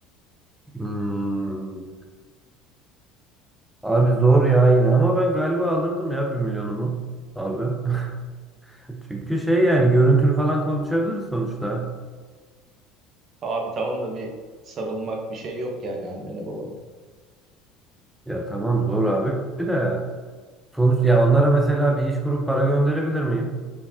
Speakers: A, in the centre; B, on the right.
A: Hmm. Abi zor ya yine ama ben galiba alırdım ya bir milyonumu abi. <laughs> Çünkü şey yani görüntülü falan konuşabiliriz sonuçta.
B: Abi tamam da bir sarılmak bir şey yok yani annene babana.
A: Ya tamam zor abi de sonuç ya onlara mesela bir iş kurup para gönderebilir miyim?